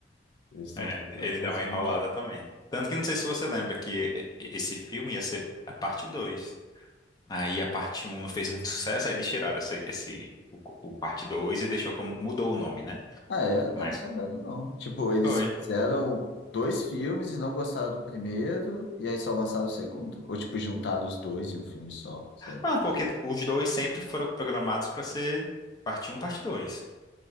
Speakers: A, on the left; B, on the left.
A: Eles estão
B: É,
A: tentando
B: ele ele
A: fazer
B: dá uma enrolada
A: isso.
B: também. Tanto que não sei se você lembra que eh, eh, esse filme ia ser a parte 2. Aí a parte um não fez muito sucesso, aí eles tiraram esse, esse- o, o parte 2 e deixou como, mudou o nome, né?
A: Ah, é? Não
B: Mas
A: tava sabendo, não. Tipo, eles
B: foi.
A: fizeram dois filmes e não gostaram do primeiro, e aí só lançaram o segundo? Ou, tipo, juntaram os dois em um filme só? Sei lá.
B: Não, porque os dois sempre foram programados para ser parte um parte 2.